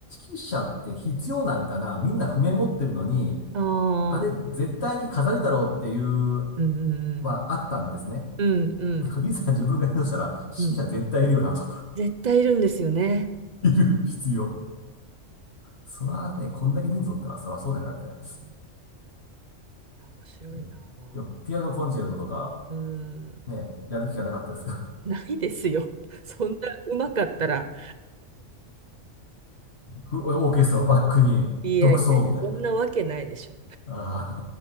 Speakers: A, on the left; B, on the right.
A: 指揮者って必要なんかなみんな譜面持ってるのに、
B: うん。
A: あれ絶対に飾りだろうっていう、
B: ああ、うん、
A: まあ、
B: うん、
A: あったんですね。
B: うん、うん、
A: でも、
B: うん。
A: いざ自分が演奏したら、
B: うん
A: 指揮者絶対いるよなと
B: 絶対いるんですよね。
A: <laughs> いる必要。そらね、こんだけ人数おったら、そらそうだよな、みたいな。
B: <laughs> いや、面白いな。
A: えーでも、ピアノコンチェルトとか、
B: うん、
A: ね、やる気がなかったですか
B: ないですよ。そんなうまかったら。
A: <laughs> オーケストラをバックに独奏みたいな。
B: いやいやいや、そんなわけないでしょ。
A: あ